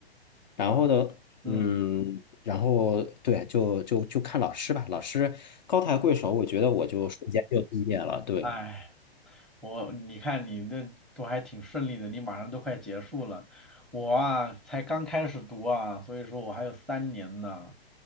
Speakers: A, on the left (about 45°); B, in the centre.
A: 然后的，
B: 哦，嗯，
A: 嗯，然后对，就就就看老师吧，老师高抬贵手，我觉得我就瞬间就毕业了，对，
B: 哎，我你看你这都还挺顺利的，你马上都快结束了，我啊才刚开始读啊，所以说我还有三年呢。